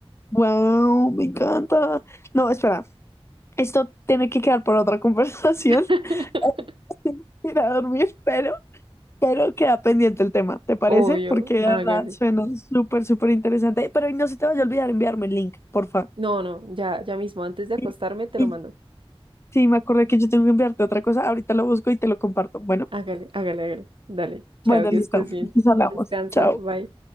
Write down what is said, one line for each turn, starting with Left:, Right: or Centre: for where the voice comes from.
Left: Wow, me encanta. No, espera, esto tiene que quedar para otra conversación.
Right: <laughs>
Left: <laughs> Ahora Tengo que Ir a dormir, pero, pero queda pendiente el tema, ¿te parece?
Right: Obvio,
Left: Porque de
Right: hágale.
Left: verdad suena súper, súper interesante. Pero no se te vaya a olvidar enviarme el link, porfa.
Right: No, no, ya, ya mismo, antes de acostarme
Left: Y-
Right: te
Left: y-
Right: lo mando.
Left: Sí, me acordé que yo tengo que enviarte otra cosa. Ahorita lo busco y te lo comparto. Bueno,
Right: Hágale, hágale, hágale. Dale, chao,
Left: bueno,
Right: que
Left: listo.
Right: estés bien.
Left: Nos hablamos.
Right: Descansa,
Left: Chao.
Right: bye.